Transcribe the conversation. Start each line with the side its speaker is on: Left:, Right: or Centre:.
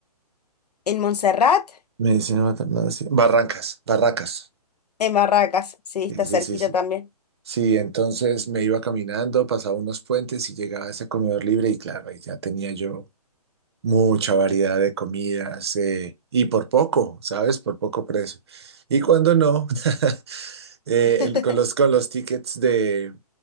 Left: en Montserrat,
Right: Medicina Maternal, sí. Barrancas, Barracas.
Left: en Barracas, sí, está
Right: Sí, sí,
Left: cerquita
Right: sí, sí.
Left: también.
Right: Sí, entonces me iba caminando, pasaba unos puentes y llegaba a ese comedor libre y claro, ahí ya tenía yo mucha variedad de comidas eh, y por poco, ¿sabes? Por poco precio. Y cuando no, <laughs> Eh,
Left: <laughs>
Right: el- con los, con los tickets de,